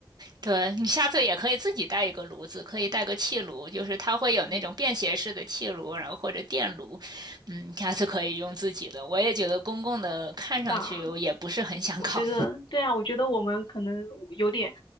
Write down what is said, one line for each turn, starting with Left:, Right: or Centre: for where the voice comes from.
Right: 对你下次也可以自己带一个炉子，可以带个气炉，就是它会有那种便携式的气炉，
Left: 嗯，
Right: 然后或者电炉，嗯，下次可以用自己的。我也觉得公共的看上去我也不是很想搞，
Left: 是吧？我觉得对啊，我觉得我们可能有点，